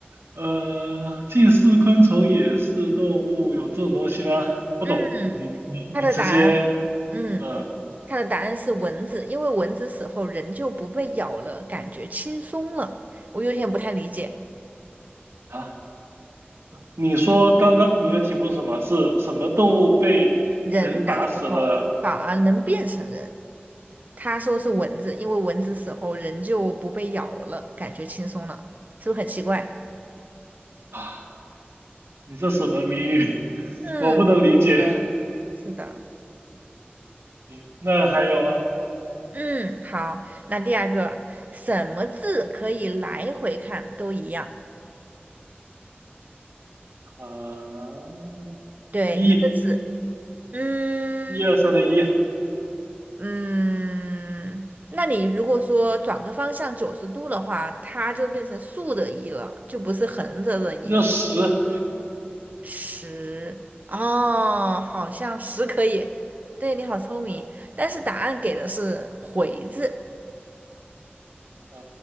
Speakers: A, on the right (about 85°); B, on the right (about 40°).
A: 呃，既是昆虫也是动物，有这种东西吗？不懂，
B: 嗯，
A: 你你你直接，
B: 它的答案，嗯。
A: 嗯、
B: 它的答案是蚊子，因为蚊子死后人就不被咬了，感觉轻松了。我有点不太理解，
A: 啊，你说刚刚你的题目是什么？是什么动物被人打死了？
B: 人哪反而能变成人？他说是蚊子，因为蚊子死后人就不被咬了，感觉轻松了，是不是很奇怪？
A: 啊，你这什么谜语？<laughs>
B: 嗯，
A: 我不能理解。
B: 觉得是的。
A: 行，那还有吗？
B: 嗯，好，那第二个，什么字可以来回看都一样？
A: 啊，
B: 对，
A: 一
B: 一个字。嗯。
A: 一二三的一，
B: 嗯，那你如果说转个方向九十度的话，它就变成竖的一”了，就不是横着的一”了。
A: 那就十。
B: 十，哦，好像十可以。对，你好聪明，但是答案给的是回字。
A: 啊，